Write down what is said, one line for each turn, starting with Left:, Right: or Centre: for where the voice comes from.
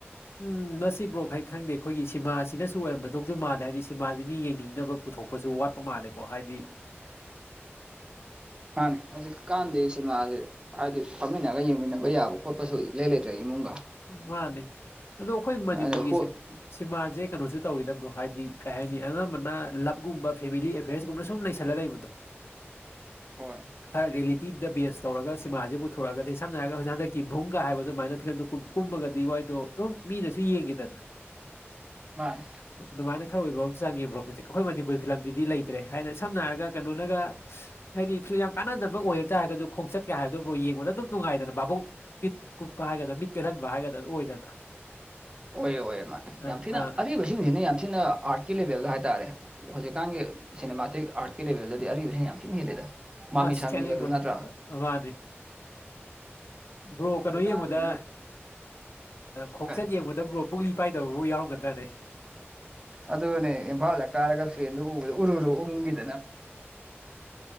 Left: ꯎꯝ ꯃꯁꯤ ꯕ꯭ꯔꯣꯛ ꯍꯥꯏ ꯈꯪꯗꯦ ꯑꯩꯈꯣꯏꯒꯤ ꯁꯤꯃꯥꯁꯤꯅ ꯁꯤ ꯑꯣꯏꯔꯝꯕꯗꯧꯁꯨ ꯃꯥꯜꯂꯦ ꯍꯥꯏꯗꯤ ꯁꯤ ꯃꯥꯗ ꯃꯤ ꯌꯦꯡꯅꯤꯡꯅꯕ ꯄꯨꯊꯣꯛꯄꯁꯨ ꯋꯥꯠ ꯄ ꯃꯥꯜꯂꯦꯀꯣ ꯍꯥꯏꯗꯤ
Right: ꯃꯥꯥꯟꯅꯦ ꯍꯧꯖꯤꯛꯀꯥꯟꯗꯤ ꯁꯤꯅꯦꯃꯥꯁꯦ ꯍꯥꯏꯗꯤ ꯐꯝꯃꯤꯟꯅꯒ ꯌꯦꯡꯃꯤꯟꯅꯕ ꯌꯥꯕ ꯈꯣꯠꯄꯁꯨ ꯂꯩ ꯂꯩꯇ꯭ꯔꯦ ꯏꯃꯨꯡꯒ
Left: ꯃꯥꯅꯤ ꯑꯗꯣ ꯑꯩꯈꯣꯏ ꯃꯅꯤꯄꯨꯔꯒꯤ
Right: ꯑꯗ ꯍꯣꯏ
Left: ꯁꯤꯃꯥꯁꯦ ꯀꯩꯅꯣꯁꯨ ꯇꯧꯤꯗꯕ꯭ꯔꯣ ꯍꯥꯏꯗꯤ ꯀꯩ ꯍꯥꯏꯅꯤ ꯑꯅꯝꯕꯅ ꯂꯞꯒꯨꯝꯕ ꯐꯦꯃꯤꯂꯤ ꯑꯦꯐꯤꯌꯔꯁꯀꯨꯝꯕꯅ ꯁꯨꯝ ꯂꯩꯁꯜꯂꯒ ꯂꯩꯕꯗꯣ
Right: ꯍꯣꯏ
Left: ꯈꯔ ꯗꯦꯂꯤ ꯇꯤꯝꯗ ꯕꯦ ꯇꯧꯔꯒ ꯁꯤꯃꯥꯁꯦ ꯄꯨꯊꯣꯔꯛꯑꯗꯤ ꯁꯝꯅꯔꯒ ꯍꯧꯖꯤ ꯍꯟꯛꯀꯤ ꯚꯨꯡꯒ ꯍꯥꯏꯕꯗꯨ ꯑꯗꯨꯃꯥꯏꯅ ꯐꯤꯂꯝꯗꯨ ꯀꯨꯝꯕꯒꯗꯤ ꯋꯥꯏꯗꯣ ꯑꯗꯨꯝ ꯃꯤꯅꯁꯨ ꯌꯦꯡꯈꯤꯗꯅ
Right: ꯃꯥꯅꯦ
Left: ꯑꯗꯨꯃꯥꯏꯅ ꯑ ꯑꯣꯏꯕ ꯑꯃ ꯆꯉꯕ꯭ꯔꯣ ꯍꯧꯖꯤꯛ ꯑꯩꯈꯣꯏ ꯃꯅꯤꯄꯨꯔꯤ ꯐꯤꯂꯝꯗꯤ ꯂꯩ ꯭ꯔꯦ ꯍꯥꯏꯅ ꯁꯝꯅ ꯍꯥꯏꯔꯒ ꯀꯩꯅꯣꯅꯒ ꯍꯥꯏꯗꯤ ꯐ ꯌꯥꯝ ꯀꯥꯟꯅꯅꯕ ꯑꯣꯏꯔ ꯇꯥꯔꯒꯁꯨ ꯈꯣꯡꯆꯠꯀꯦ ꯍꯥꯏꯕ ꯑꯗꯨꯝꯣ ꯌꯦꯡꯕꯗ ꯑꯗꯨꯝ ꯅꯨꯡꯉꯥꯏꯗꯅ ꯚꯥꯕꯨꯡ ꯃꯤꯠ ꯀꯨꯞꯄ ꯍꯥꯏꯒꯗꯥ ꯃꯤꯠ ꯄꯦꯜꯍꯟꯕ ꯍꯥꯏꯒꯗ꯭ꯔꯥ ꯑꯣꯏꯗꯅ
Right: ꯑꯣꯏ ꯑꯣꯏꯦ ꯃꯥ
Left: ꯑ
Right: ꯌꯥꯝ ꯊꯤꯅ
Left: ꯑꯥ
Right: ꯑꯔꯤꯕꯁꯤꯡꯁꯤꯅ ꯌꯥꯝ ꯊꯤꯅ ꯑꯥꯔꯠꯀꯤ ꯂꯦꯚꯦꯜꯗ ꯍꯥꯏꯦ ꯍꯥꯏꯇꯥꯔꯦ ꯍꯧꯖꯤꯛꯀꯥꯟꯒꯤ ꯁꯤꯅꯦꯃꯥꯇꯤ ꯑꯥꯔꯠꯀꯤ ꯂꯦꯚꯦꯜꯗꯗꯤ ꯑꯔꯤꯕꯁꯤꯅ ꯌꯥꯝ ꯊꯤꯅ ꯍꯦꯜꯂꯦꯗ ꯃꯃꯤ
Left: ꯑꯁ
Right: ꯁꯥꯃꯤꯒꯗꯨ
Left: ꯆ ꯏꯕꯣ
Right: ꯅꯠꯇ꯭ꯔꯥ
Left: ꯑꯋꯥꯗ ꯕ꯭ꯔꯣ
Right: ꯍꯧꯖꯤꯛꯀꯥꯟꯁꯤꯒꯤ
Left: ꯀꯩꯅꯣ ꯌꯦꯡꯕꯗ ꯈꯣꯡꯆꯠ
Right: ꯀꯩ
Left: ꯌꯦꯡꯕꯗ ꯕ꯭ꯔꯣ ꯄꯛꯅꯤꯡ ꯄꯥꯏꯗꯕꯕꯨꯥꯎ ꯌꯥꯎꯔꯝꯒꯗꯥ ꯌꯥꯔꯦ
Right: ꯑꯗꯨꯅꯦꯕꯕꯥꯂ ꯀꯥꯒꯐꯤ ꯎ ꯎꯔ ꯎꯗ